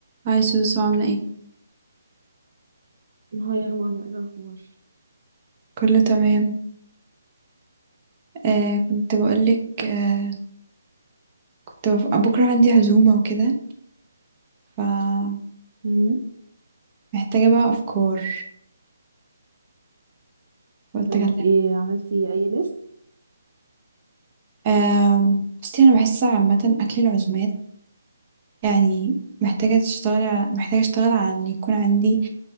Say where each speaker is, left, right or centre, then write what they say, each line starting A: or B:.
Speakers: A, on the right (about 30°); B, on the right (about 65°).
A: هاي سوسو عاملة ايه؟
B: هاي يا ماما ايه الاخبار
A: كله تمام آه كنت بقولك آه كنت بف... بكرة عندي عزومة وكده فمحتاجة
B: مم.
A: بقى أفكار قلت
B: طب انت
A: أكلمك
B: ايه عملتي اي ليست
A: آه بصي أنا بحس عامة أكل العزومات يعني محتاجة تشتغلي على... محتاجة أشتغل على إن يكون عندي